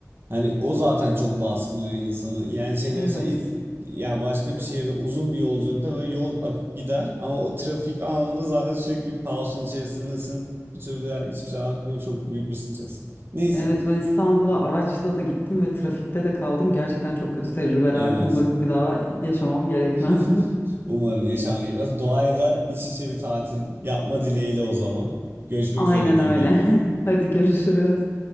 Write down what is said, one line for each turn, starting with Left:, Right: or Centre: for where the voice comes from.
Right: Hani o zaten çok baskılıyor insanı. Yani şeyde
Left: Evet.
Right: mesela ilk- ya başka bir şehirde uzun bir yolculukta böyle yol akıp gider ama o trafik anında zaten sürekli bir kaosun içerisindesin. Bir türlü ya hiçbir şey akmıyor. Çok büyük bir stres. Neyse.
Left: Evet ben İstanbul'a araçla da gittim ve trafikte de kaldım. Gerçekten çok kötü tecrübelerdi.
Right: Evet.
Left: Umarım bir daha yaşamam gerekmez.
Right: <laughs> Umarım yaşaman gerekmez. Doğayla iç içe bir tatil yapma dileğiyle o zaman. Görüşmek
Left: <laughs> Aynen
Right: üzere diyeyim
Left: öyle.
Right: ben. <laughs>
Left: <laughs> Hadi görüşürüz.